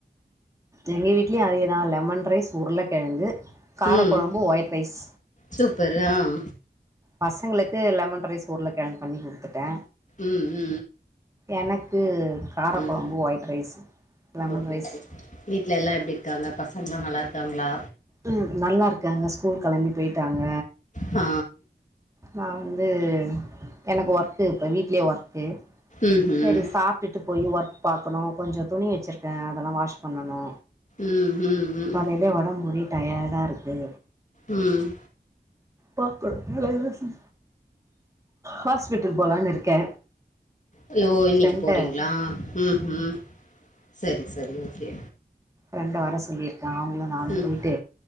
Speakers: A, on the right (about 20°); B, on the left (about 45°).
A: எங்க வீட்லியு அதேதா லெமன் ரைஸ் உருளைக்கெழங்கு காரக்கொழம்பு
B: ம்
A: ஒயிட் ரைஸ்
B: சூப்பர் ஆஹ்
A: பசங்களுக்கு லெமன் ரைஸ் ஊருள கெழங்கு பண்ணி குடுத்துட்டே
B: ம் ம்
A: எனக்கு கார
B: ம்
A: கொழம்பு white rice lemon
B: okay
A: rice
B: okay வீட்ல எல்லா எப்டி இருக்காங்க பசங்ளா நல்லாருக்காங்ளா
A: ம் நல்லா இருக்காங்க ஸ்கூல் கெளம்பி போயிட்டாங்க
B: ஆ
A: நா வந்து எனக்கு ஒர்க்கு இப்ப வீட்லே ஒர்க்கு
B: ம்ஹூம்
A: செரி சாப்ட்டுட்டு போய் ஒர்க் பார்கக்கணு கொஞ்சோ துணி வெச்சிருக்கே அதல்லா வாஷ் பண்ணணு
B: ம் ம் ம் ம்
A: காலையில உடம்பு ஒரே டயர்டா இருக்கு
B: ம்
A: பாக்கு <unintelligible> ஹாஸ்பிட்டல் போலான்னு இருக்கே
B: ஐயோ இன்னிக்கி
A: ஃப்ரெண்ட
B: போறீங்களா ம்ஹு ம் சரி சரி ஓகே
A: ரெண்டு விரோ சொல்லியிருக்கான்ல நானு
B: ம்
A: போயிட்டு